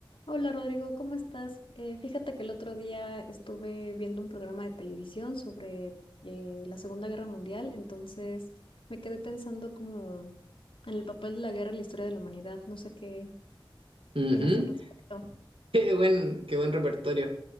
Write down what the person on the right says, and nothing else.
Ujú. <laughs>
Qué buen, qué buen repertorio.